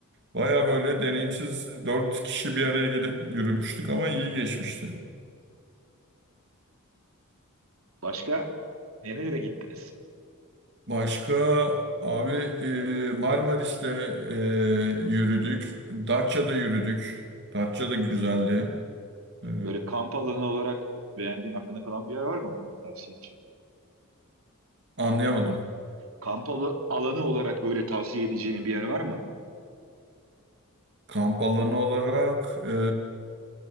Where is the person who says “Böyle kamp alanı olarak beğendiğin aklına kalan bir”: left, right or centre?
Right